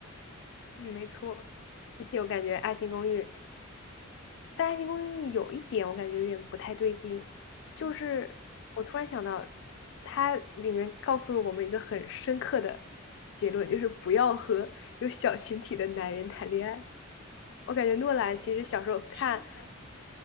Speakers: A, on the left (about 60°); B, on the right (about 40°).
A: 嗯，没错。而且我感觉《爱情公寓》，但《爱情公寓》有一点我感觉有点不太对劲，
B: 嗯，
A: 就是我突然想到，它里面告诉了我们一个很深刻的结论，就是不要和有小群体的男人谈恋爱。我感觉诺兰其实小时候看，
B: 对，是的，